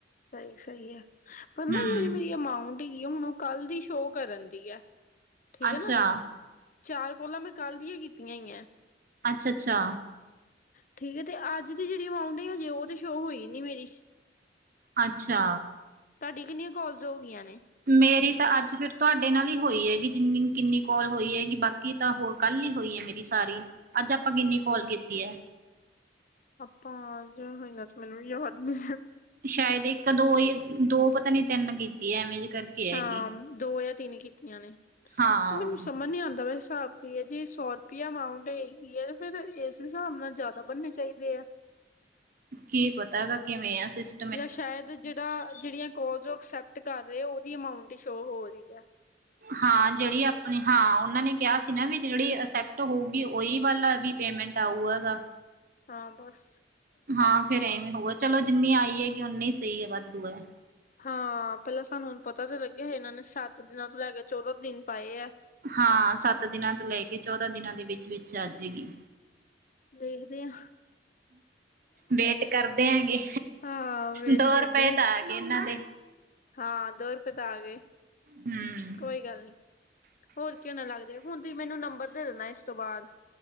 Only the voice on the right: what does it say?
ਹੂੰ
ਅੱਛਾ,
ਅੱਛਾ ਅੱਛਾ।
ਅੱਛਾ।
ਮੇਰੀ ਤਾਂ ਅੱਜ ਫਿਰ ਤੁਹਾਡੇ ਨਾਲ ਹੀ ਹੋਈ ਹੈਗੀ <unintelligible> ਜਿੰਨੀ ਕਿੰਨੀ ਕੋਲ ਹੋਈ ਹੈਗੀ। ਬਾਕੀ ਤਾਂ ਹੋਰ ਕੱਲ ਹੀ ਹੋਈ ਹੈ ਮੇਰੀ ਸਾਰੀ। ਅੱਜ ਆਪਾਂ ਕਿੰਨੀ
ਕਾਲ ਕੀਤੀ ਹੈ?
ਸ਼ਾਇਦ ਇੱਕ-ਦੋ ਹੀ ਦੋ ਪਤਾ ਨੀ ਤਿੰਨ ਕੀਤੀਏ ਐਵੇਂ ਜ ਕਰਕੇ। ਹੈਗੀ
ਹਾਂ
ਕੀ ਪਤਾ ਹੇਗਾ ਕਿਵੇਂਆ ਸਿਸ-
ਹਾਂ ਜਿਹੜੀ ਆਪਣੀ ਹਾਂ ਉਹਨਾਂ ਨੇ ਕਿਹਾ ਸੀ ਨਾ ਵੀ ਜਿਹੜੀ ਅਸੈਪਟ ਹੋਊਗੀ ਉਹੀ ਵੱਲਾ ਪੇਮੈਂਟ ਆਊਅਗਾ।
ਹਾਂ, ਫਿਰ ਐਵੇਂ ਹੋਊਗਾ ਚਲੋ ਜਿੰਨੀ ਆਈ ਹੈਗੀ ਉਨੀ ਸਹੀ ਹੈ ਵਾਧੂ ਹੈ।
ਹਾਂ, ਸੱਤ ਦਿਨਾਂ ਤੋਂ ਲੈ ਕੇ ਚੌਦਾਂ ਦਿਨਾਂ ਦੇ ਵਿੱਚ, ਵਿੱਚ ਆਜੇਗੀ।
ਵੇਟ ਕਰਦੇ ਹੈਗੇ,
ਦੋ
ਰੁਪਏ
ਤਾਂ ਆ ਗਏ ਇਹਨਾਂ ਦੇ।
ਹੂੰ